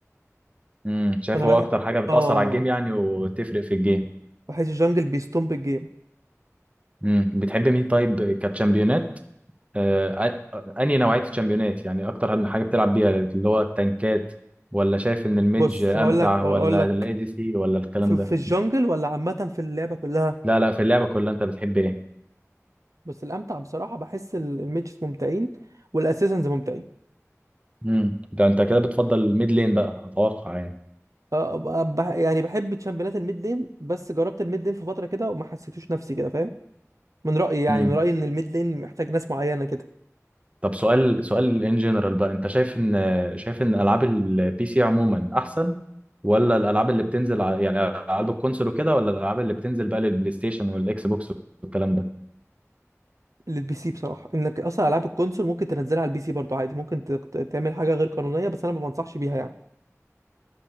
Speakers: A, on the right; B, on the right.
A: امم شايف
B: انا
A: هو
B: بحب
A: اكتر حاجه بتاثر
B: اه
A: على الجيم يعني وتفرق في الجيم
B: بحس الجنجل بيستومب الجيم
A: مم. بتحب مين طيب كتشامبيونات آه، أ- انهي نوعية الشامبيونات يعني اكتر عن حاجة بتلعب بيها اللي هو التنكات ولا شايف ان الميدج
B: بص
A: امتع
B: هقول لك اقول
A: ولا
B: لك
A: الاي دي سي ولا الكلام
B: في,
A: ده
B: في الجنجل ولا عامه في اللعبه كلها
A: لا لا في اللعبة كلها انت بتحب ايه
B: بس الامتع بصراحه بحس ال- الميجز ممتعين والاساسنز ممتعين
A: امم ده انت كده بتفضل الميد لين بقى اتوقع يعني
B: آه، آه، بح- يعني بحب تشامبيونات الميد لين بس جربت الميد لين في فتره كده وما حسيتوش نفسي كده فاهم من رايي يعني
A: امم
B: من رايي ان الميد لين محتاج ناس معينه كده
A: طب سؤال سؤال ان جنرال بقى انت شايف ان شايف ان العاب البي سي عموما احسن ولا الالعاب اللي بتنزل على يعني العاب الكونسول وكده ولا الالعاب اللي بتنزل بقى للبلاي ستيشن والاكس بوكس والكلام ده
B: للبي سي بصراحه انك اصلا العاب الكونسول ممكن تنزلها على البي سي برضه عادي ممكن ت- ت- تعمل حاجه غير قانونيه بس انا ما بنصحش بيها يعني